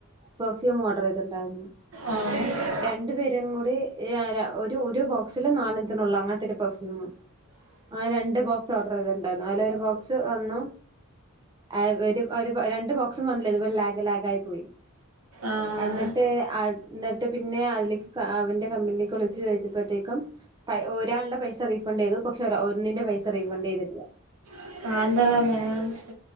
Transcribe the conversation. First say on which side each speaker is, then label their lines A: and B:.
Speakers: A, on the right; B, on the right.
A: പെർഫ്യൂ ഓഡർ ചെയ്തിണ്ടരുന്നു
B: ആഹ്
A: രണ്ടു പേരും കൂടി ഇ അര ഒരു ഒരു ബോക്സില് നാലഞ്ചണ ഉള്ളൂ അങ്ങനത്തെ ഒരു പെർഫ്യൂമും ആ രണ്ട് ബോക്സ് ഓർഡർ ചെയ്തിട്ടുണ്ടാരുന്നു അല്ല ഒരു ബോക്സ് വന്നു ആ ഒരു ഒരു രണ്ട് ബോക്സും വന്നില്ലേ ഇതുപോലെ ലാഗ് ലാഗ ആയി പോയി
B: ആഹ്
A: എന്നിട്ട് അ എന്നിട്ട് പിന്നെ അതിലേക്ക് അവന്റെ കമ്പിലേക്ക് വിളിച്ചു ചോദിച്ചപ്പോത്തേക്കും പ ഒരാളുടെ പൈസ റീഫണ്ട് ചെയ്തു പക്ഷെ ഒര ഒന്നിന്റെ പൈസ റീഫണ്ട് ചെയ്തിട്ടില്ല
B: <unintelligible>